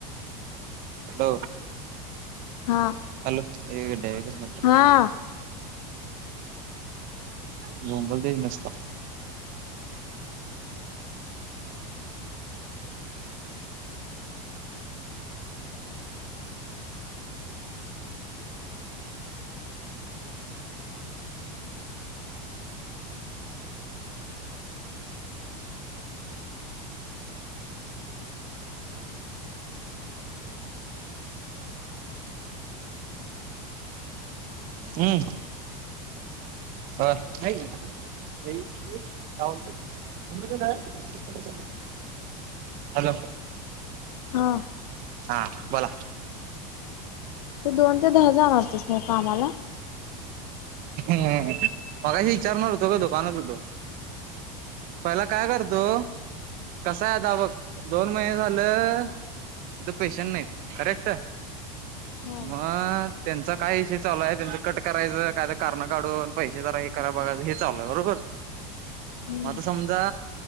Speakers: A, on the right; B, on the left.
A: हो,
B: हा
A: हॅलो? हे <unintelligible> एकच मिनिट.
B: हा
A: बोंबलतय, नुसत. हम्. अ, हाय क काय, <unintelligible> म्हणतोस आम्रखंड आहे? हॅलो?
B: हा.
A: हा, बोला.
B: तू, दोन ते दहा जाणार तीस ना, कामाला?
A: ह्म, मगाशी ईचारणार होतो का, दुकानात होतो? पला काय करतो? कसा हाय, आता बघ, दोन महिने झालं. तिथं पेशन नाहीत, करेक्ट
B: हो
A: म, त्यांचा काय विषय चालू ये, त्यांच कट करायचं, काय कारण काढून, पैसे जरा हे करा, बघाय, हे चालू ये, बरोबर?
B: हम्म
A: म आता समजा